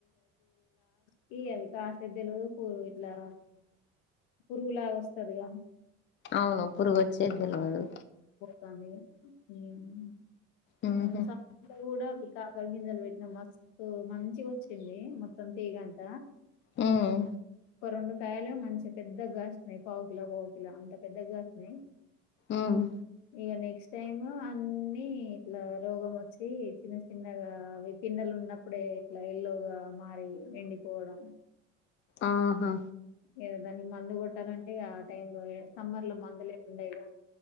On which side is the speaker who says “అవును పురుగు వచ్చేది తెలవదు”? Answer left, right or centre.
Left